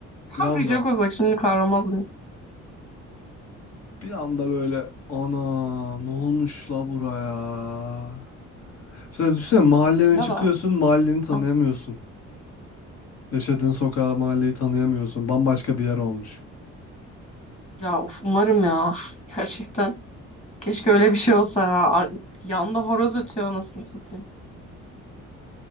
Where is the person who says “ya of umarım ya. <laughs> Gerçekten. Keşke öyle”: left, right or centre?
Left